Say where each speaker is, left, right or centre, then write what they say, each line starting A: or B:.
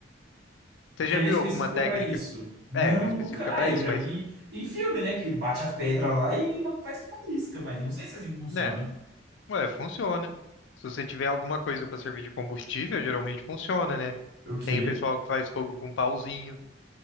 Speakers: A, on the left; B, on the right.
A: Você
B: Porque
A: já
B: ela
A: viu
B: é específica
A: alguma técnica?
B: para isso. Não,
A: É, ela é específica
B: nunca.
A: pra
B: Ah, eu
A: isso,
B: já
A: mas,
B: vi em filme, né? Que bate as pedras lá e faz faísca, mas não sei se é assim funciona.
A: né? Ué, funciona. Se você tiver alguma coisa pra servir de combustível, geralmente funciona, né?
B: Ok.
A: Tem o pessoal que faz fogo com pauzinho,